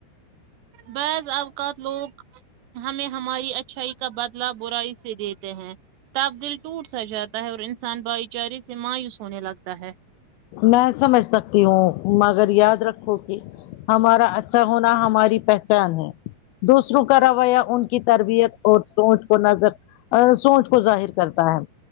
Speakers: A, on the right; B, on the left.
A: بض اوقات لوگ ہمیں ہم ہماری اچھائی کا بدلا برائی سے دیتے ہیں تب دل ٹوٹ سا جات تا ہے اور انسان بائی چارے سے مایوس ہونے لگتا ہے
B: میں سمجھ سکتی ہوں مگر یاد رکھو کی ہمارا اچھا ہونا ہماری پہچان ہے دوسروں کا رویہ ان کی تربیت اور سوچ کو نظر سوچ کو ظاہر کرتا ہے